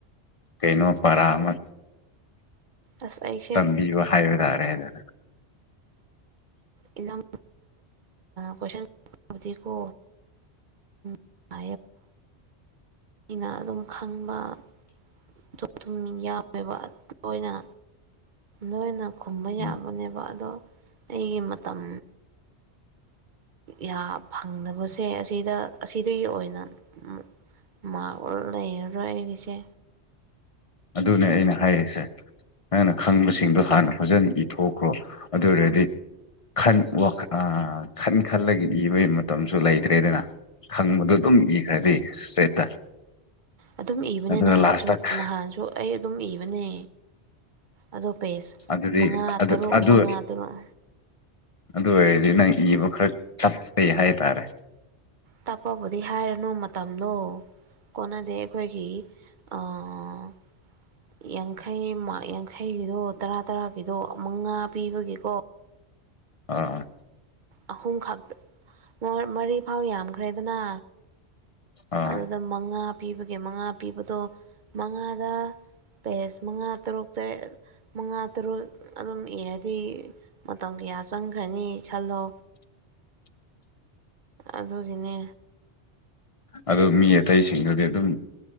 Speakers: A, on the left (about 40°); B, on the right (about 55°).
A: ꯀꯩꯅꯣ ꯄꯔꯥ ꯑꯃ
B: ꯑꯁ ꯑꯩ
A: ꯇꯝꯕꯤꯕ ꯍꯥꯏꯕ ꯇꯥꯔꯦꯗ
B: ꯑꯦꯖꯥꯝ ꯀꯣꯏꯁꯟꯕꯨꯗꯤꯀꯣ
A: <inaudible>
B: <unintelligible> ꯑꯩꯅ ꯑꯗꯨꯝ ꯈꯪꯕ <unintelligible> ꯌꯥꯎꯋꯦꯕ ꯂꯣꯏꯅ ꯂꯣꯏꯅ ꯈꯨꯝꯕ ꯌꯥꯕꯅꯦꯕ
A: ꯎꯝ
B: ꯑꯗꯣ ꯑꯩꯒꯤ ꯃꯇꯝ ꯌꯥ ꯐꯪꯗꯕꯁꯦ ꯑꯁꯤꯗ ꯑꯁꯤꯗꯒꯤ ꯑꯣꯏꯅ <unintelligible> ꯂꯩꯔꯔꯣꯏ ꯑꯩꯒꯤꯁꯦ
A: ꯑꯗꯨꯅꯦ ꯑꯩꯅ ꯍꯥꯏꯔꯤꯁꯦ ꯅꯪꯅ ꯈꯪꯕꯁꯤꯡꯗꯣ ꯍꯥꯟꯅ ꯐꯖꯅ ꯏꯊꯣꯛꯈ꯭ꯔꯣ ꯑꯗꯨ ꯑꯣꯏꯔꯗꯤ ꯈꯟ ꯋꯥ ꯑꯥ ꯈꯟ ꯈꯜꯂꯒ ꯏꯕꯒꯤ ꯃꯇꯝꯁꯨ ꯂꯩꯇ꯭ꯔꯦꯗꯅ ꯈꯪꯕꯗꯨ ꯑꯗꯨꯝ ꯏꯈ꯭ꯔꯗꯤ ꯏꯁꯇ꯭ꯔꯦꯠꯇ
B: ꯑꯗꯨꯝ ꯏꯕꯅꯤ
A: ꯑꯗꯨꯒ
B: ꯅꯍꯥꯟꯁꯨ
A: ꯂꯥꯁꯇ
B: ꯅꯍꯥꯟꯁꯨ ꯑꯩ ꯑꯗꯨꯝ ꯏꯕꯅꯤ ꯑꯗꯨ ꯄꯦꯁ
A: ꯑꯗꯨꯗꯤ
B: ꯃꯉꯥ
A: ꯑꯗꯨ
B: ꯇꯔꯨꯛ
A: ꯑꯗꯨ
B: ꯃꯉꯥ ꯇꯔꯨꯛ
A: ꯑꯗꯨ ꯑꯣꯏꯔꯗꯤ ꯅꯪ ꯏꯕ ꯈꯔ ꯆꯞꯄꯦ ꯍꯥꯏꯇꯥꯔꯦ
B: ꯇꯞꯄꯕꯨꯗꯤ ꯍꯥꯏꯔꯅꯨ ꯃꯇꯝꯗꯣ ꯀꯣꯟꯅꯗꯦ ꯑꯩꯈꯣꯏꯒꯤ ꯑꯥ ꯌꯥꯡꯈꯩꯃꯥ ꯌꯥꯡꯈꯩꯒꯤꯗꯣ ꯇꯔꯥ ꯇꯔꯥꯒꯤꯗꯣ ꯃꯉꯥ ꯄꯤꯕꯒꯤꯀꯣ
A: ꯑꯥ
B: ꯑꯍꯨꯝ ꯈꯛ <unintelligible> ꯃꯔꯤ ꯐꯥꯎ ꯌꯥꯝꯈ꯭ꯔꯦꯗꯅ
A: ꯑꯥ
B: ꯑꯗꯨꯗ ꯃꯉꯥ ꯄꯤꯕꯒꯤ ꯃꯉꯥ ꯄꯤꯕꯗꯣ ꯃꯉꯥꯗ ꯄꯦꯁ ꯃꯉꯥ ꯇꯔꯨꯛ ꯇꯔꯦꯠ ꯃꯉꯥ ꯇꯔꯨꯛ ꯑꯗꯨꯝ ꯏꯔꯗꯤ ꯃꯇꯝ ꯀꯌꯥ ꯆꯪꯈ꯭ꯔꯅꯤ ꯈꯜꯂꯣ
A: <inaudible>
B: ꯑꯗꯨꯒꯤꯅꯦ
A: ꯑꯗꯨ ꯃꯤ ꯑꯇꯩꯁꯤꯡꯗꯨꯗꯤ ꯑꯗꯨꯝ